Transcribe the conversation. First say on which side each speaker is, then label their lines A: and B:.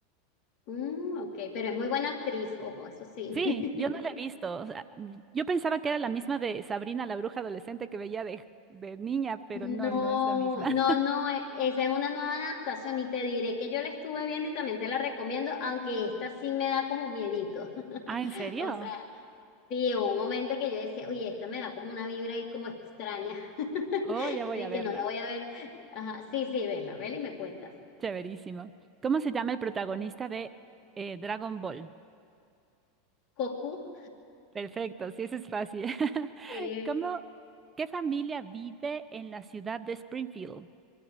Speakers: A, on the left (about 50°); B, on the right (about 25°).
A: Mm, ok, pero es muy buena actriz, ojo, eso sí.
B: Sí,
A: <laughs>
B: yo no la he visto. o sea, yo pensaba que era la misma de Sabrina, la bruja adolescente que veía de, de niña, pero
A: No,
B: no, no es la misma. <laughs>
A: no, no, e- esa es una nueva adaptación y te diré que yo la estuve viendo y también te la recomiendo, aunque esta sí me da como miedito. <laughs>
B: Ah, ¿en serio?
A: O sea, sí, hubo un momento que yo decía, oye, esta me da como una vibra ahí como extraña, <laughs>
B: Oh, ya voy
A: así
B: a verla.
A: que no la voy a ver. Ajá, sí, sí, vela, vela y me cuentas.
B: Chéverísimo. ¿Cómo se llama el protagonista de eh, Dragon Ball?
A: Cocu,
B: Perfecto, sí, eso es fácil. <laughs>
A: eh,
B: ¿Cómo, qué familia vive en la ciudad de Springfield?